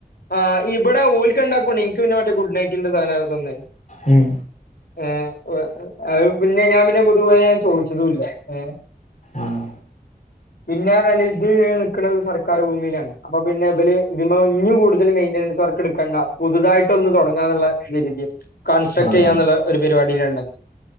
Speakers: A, on the left; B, on the left.
A: ആഹാ ഇവിടെ ഓല്ക്ക് രണ്ടാക്കും ഇണ്ട് ഇനിക്ക് പിന്നെ മറ്റേ ഗുഡ് നൈിന്റെ സാധന തന്നേ
B: ഉം
A: ഏ ഒ ഔ പിന്നെ ഞാൻ പിന്നെ കൊതുവല ഞാൻ ചോദിച്ചതും ഇല്ല ഏ
B: ഉം
A: പിന്നെ പറഞ്ഞാല്ഇത് നിക്കണത് ത്സർക്കാർ ഭൂമിയിലാണ് അപ്പ പിന്നെ ഇവല് ഇതിമേ ഇഞ്ഞും കൂടുതൽ മെയിന്റനൻസ് വർക്ക് എടുക്കണ്ട പുതുതായിട്ട് ഒന്ന് തുടങ്ങാന്നുള്ള <unintelligible> കൺസ്ട്രക്ട്
B: ആ
A: ചെയ്യാന്നുള്ള
B: ആ
A: ഒരു പരിപാടിയില് ആണ് ഒള്ളത്